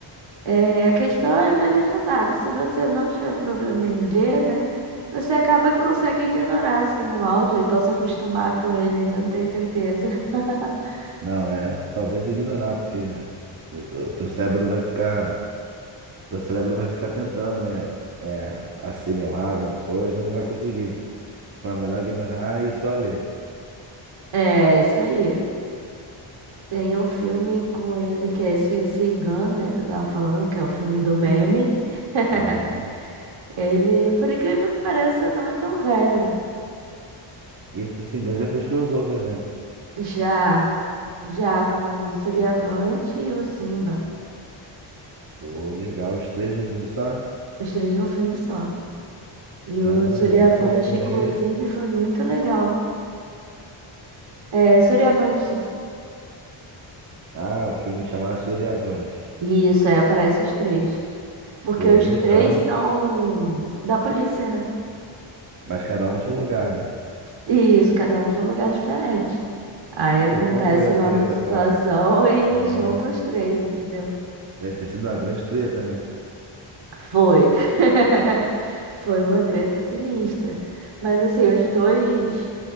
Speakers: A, on the right; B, on the right.
A: É, a questão é ver legendado. Se você não tiver problema em ler, né? Você acaba que consegue ignorar, assim, o áudio, então se acostumar com ele, ainda não tenho certeza. <laughs>
B: Não, é, talvez ignorar, porque o o teu cérebro vai ficar, o teu cérebro vai ficar tentando, né, é, assimilar alguma coisa, não vai conseguir. Então é melhor ignorar e só ler.
A: É, isso aí. Tem um filme com ele que é esse Singan, né? Que eu tava falando, que é o filme do meme. <laughs>
B: É,
A: Ele, por incrível que pareça, não é tão velho.
B: e esse Singan já fez crossover, né?
A: Já, já com o Suriavante e o Simba.
B: Pô, legal, os três no filme só?
A: Os três num filme só. E
B: Caramba,
A: o Suriavante,
B: qual filme
A: inclusive,
B: é esse?
A: foi muito legal. É Suriavante.
B: Ah, o filme chamado Suriavante.
A: Isso, é, aparece os três. Porque
B: Pô,
A: os
B: legal.
A: três são da polícia, né?
B: Mas cada um tinha um lugar, né?
A: Isso, cada um de um lugar diferente. Aí acontece
B: Pô, qual foi a
A: lá
B: treta
A: uma situação
B: pra...
A: <laughs> e
B: É,
A: junta os três, entendeu?
B: deve ter sido uma grande treta, né?
A: Foi. <laughs> Foi uma treta sinistra. Mas assim, os dois,